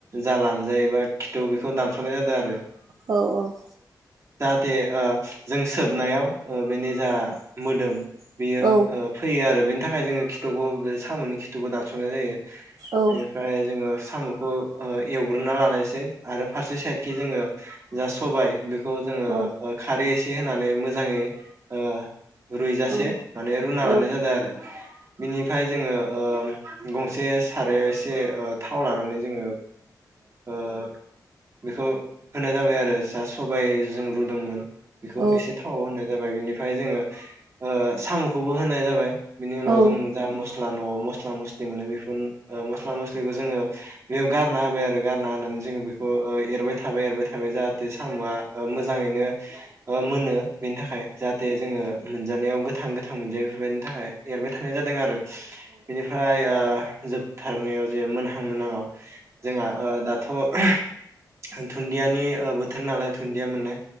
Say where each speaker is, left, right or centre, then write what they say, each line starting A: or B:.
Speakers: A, on the right; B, on the right.
A: जा लानजाय एबा खिथौ बेखौ दानसनाय जादो
B: औ
A: <unintelligible> ते ओ जों सोबनायाव ओ बेनि जा मोदोम बेयो
B: औ
A: ओ फैयो आरो बेनि थाखाय जोङो खिथुखौ सामुनि खिथुखौ दानसनाय जायो।
B: औ औ
A: इनिफ्राय जोङो सामुखौ ओ एवग्रोना लानायसै आरो फारसे साइदखि जोङो जा सबाय बेखौ जोङो
B: औ
A: ओ खारै एसे होननानै मोजाङै ओ रुइजासे
B: औ
A: माने रुना
B: औ
A: लानाय जादो आरो बिनिफ्राय जोङो उम गंसे सारायाव एसे ओ थाव लानानै जोङो ओ बेखौ होनाय जाबाय आरो जा सबाय जों रुदोंमोन बेखौ
B: औ
A: एसे थाव होनाय जाबाय। बिनिफ्राय जोङो ओ साम'खौबो होनाय जाबाय बिनि उनाव
B: औ
A: जों जा मस स्ला न'आव मस्ला मस्लि मोनो बेफोर ओ मस्ला मस्लिखौ जोङो बेयाव गारना होबाय आरो गारना होनानै जोंङो बेखौ ओ एरबाय था थाबाय एरबायथा थाबाय जाहाथे सामआ ओ मोजाङैनो ओ मोनो बेनि थाखाय जाहाथे जोङो मोनजानायाव गोथां गोथां मोनजायो बेफोरबायदिनि थाखाय एरबाय थानाय जादों आरो बेनिफ्राय ओ जोबथारनायाव जे मोनहां मोनाङाव जोंहा ओ दाथ' <inaudible> दुन्दियानि ओ बोथोर नालाय दुन्दिया मोननाय